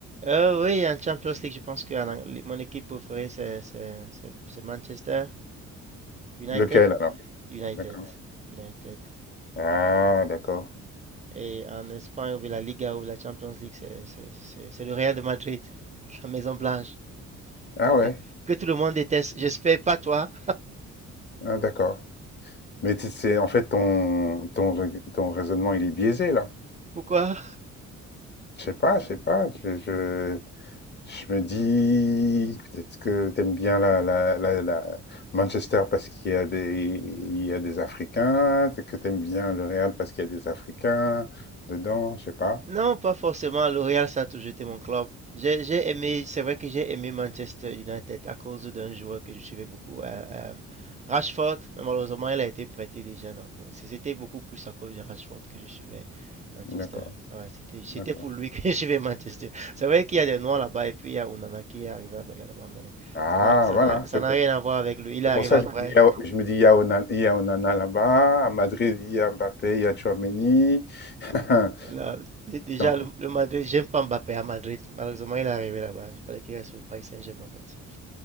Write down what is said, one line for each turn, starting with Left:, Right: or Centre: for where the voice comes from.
Right: Euh, oui, en Champions League, je pense que en Ang- mon équipe préférée, c'est c'est- c'est- c'est Manchester United.
Left: Lequel alors
Right: United.
Left: D'accord.
Right: United.
Left: Ah, d'accord.
Right: Et en Espagne, ou la Liga ou la Champions League, c'est c'est- c'est- c'est le Real de Madrid, <laughs> la Maison Blanche,
Left: Ah
Right: qu'on
Left: ouais,
Right: dé- que tout le monde déteste. J'espère pas toi.
Left: ah, d'accord. Mais t'es- c'est en fait ton, ton, rai- ton raisonnement, il est biaisé là.
Right: Pourquoi?
Left: Je sais pas, je sais pas. Je, je- Je me dis, peut-être que t'aimes bien la, la, la, la- Manchester parce qu'il y a des, il y a des Africains, que t'aimes bien le Real parce qu'il y a des Africains dedans, je sais pas.
Right: Non, pas forcément. L'Oréal, ça a toujours été mon club. J'ai j'ai aimé, c'est vrai que j'ai aimé Manchester United à cause d'un joueur que je suivais beaucoup, euh, euh, Rashford. Mais malheureusement, il a été prêté déjà. Donc, euh, c'est- c'était beaucoup plus à cause de Rashford que je suivais Manchester.
Left: D'accord,
Right: Ouais, c'était, c'était
Left: d'accord.
Right: pour lui <laughs> que je suivais Manchester. C'est vrai qu'il y a des noirs là-bas et puis il y a Onana qui est arrivé là-bas également, mais
Left: Ah,
Right: ça n'a, ça
Left: voilà,
Right: n'a, ça
Left: c'est
Right: n'a rien à voir avec lui. Il est arrivé
Left: pour ça
Right: après.
Left: que je me dis, il y a, je me dis, il y a Onana, il y a Onana là-bas, à Madrid, il y a Mbappé, il y a Tchouaméni. <laughs>
Right: Non, dé- déjà,
Left: Non,
Right: le, le Madrid, j'aime pas Mbappé à Madrid. Malheureusement, il est arrivé là-bas. Il fallait qu'il reste au Paris Saint-Germain en fait.